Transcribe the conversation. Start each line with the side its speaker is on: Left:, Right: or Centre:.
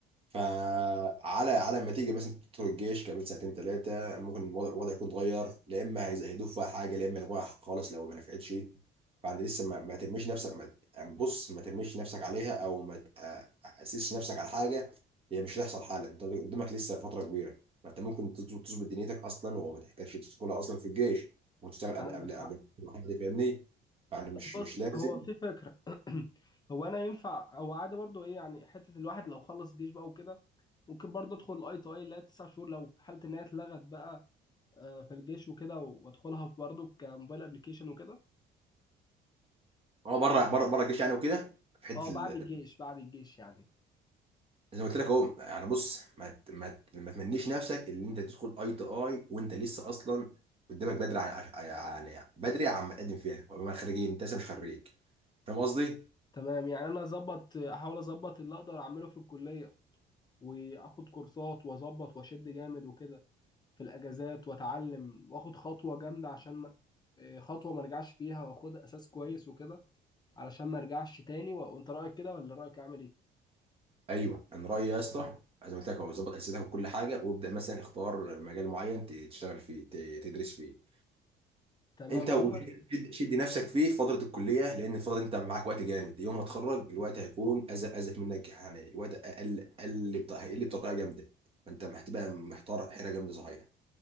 Right: فعلى على ما تيجي مثلا تدخل الجيش كمان سنتين ثلاثه ممكن الوضع الوضع يكون اتغير لا اما هيزودوا فيها حاجه لا اما يلغوها خالص لو ما نفعتش فانت لسه ما, ما ترميش نفسك ما ت- يعني بص ما ترميش نفسك عليها او ما تاسسش نفسك على حاجه هي مش هتحصل حالا انت قدامك لسه فتره كبيره ما انت ممكن تظبط تظبط دنيتك اصلا وما تحتاجش تدخلها اصلا في الجيش وتشتغل قبل
Left: عندك
Right: قبل قبل ما حد فاهمني يعني مش
Left: بص
Right: مش لازم
Left: هو في فكرة <clears throat> هو انا ينفع هو عادي برضو ايه يعني حتة الواحد لو خلص جيش بقى وكده ممكن برضه ادخل الاي تي اي اللي هي تسع شهور لو في حالة ان هي اتلغت بقى آه، في الجيش وكده وادخلها في برضه كموبايل ابلكيشن وكده
Right: اه بره بره بره الجيش يعني وكده في حته
Left: اه بعد الجيش بعد الجيش يعني
Right: زي ما قلت لك اهو يعني بص ما ت- ما ت- ما تمنيش نفسك اللي انت تدخل اي تي اي وانت لسه اصلا قدامك بدري عن يعني بدري عن ما تقدم فيها وبما خريجين انت لسه مش خريج فاهم قصدي؟
Left: تمام يعني انا اظبط احاول اظبط اللي اقدر اعمله في الكلية واخد كورسات واظبط واشد جامد وكده في الاجازات واتعلم واخد خطوة جامدة عشان ما- آه، خطوة ما ارجعش فيها واخد اساس كويس وكده علشان ما ارجعش تاني وانت رايك كده ولا رايك عامل ايه
Right: ايوه انا رايي يا اسطى زي ما قلت لك اهو ظبط اسئلتك وكل حاجه وابدا مثلا اختار مجال معين ت- تشتغل فيه ت- تدرس فيه
Left: تمام
Right: انت
Left: عموما
Right: وشد- شد نفسك فيه في فتره الكليه لان الفتره دي انت معاك وقت جامد يوم ما تخرج الوقت هيكون ازف ازف منك يعني الوقت اقل اقل بتاع هيقل بطريقه جامده فانت محتبقى محتار حيره جامده صحيح